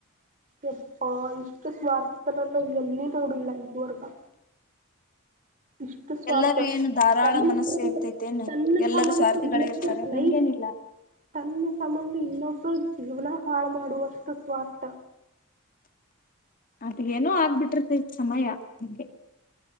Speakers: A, on the right; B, on the left.
A: ಯಪ್ಪೋ ಇಷ್ಟು ಸ್ವಾರ್ಥದಲ್ಲಿ ಅಂತೂ ಎಲ್ಲೂ ನೋಡಿಲ್ಲ ಇದುವರೆಗೂ ಇಷ್ಟು ಸ್ವಾರ್ಥ
B: ಎಲ್ಲರೂ ಏನು ಧಾರಾಳ
A: ತನ್ನ
B: ಮನಸ್ಸು ಇರ್ತೈತೇನು
A: ತನ್ನ
B: ಎಲ್ಲರೂ
A: ಸಂಬಂಧ
B: ಸ್ವಾರ್ಥಿಗಳೇ
A: ಇನ್ನೊಬರ
B: ಇರ್ತಾರೆ
A: ಲೈಫ್
B: ಹಂಗೇನಿಲ್ಲ
A: ತನ್ನ ಸಂಬಂಧ ಇನ್ನೊಬ್ಬರ್ ಜೀವನ ಹಾಳು ಮಾಡುವಷ್ಟು ಸ್ವಾರ್ಥ
B: ಅದ ಏನೋ ಆಗ್ಬಿಟ್ಟಿರ್ತೈತಿ ಸಮಯ ಅಂಗೆ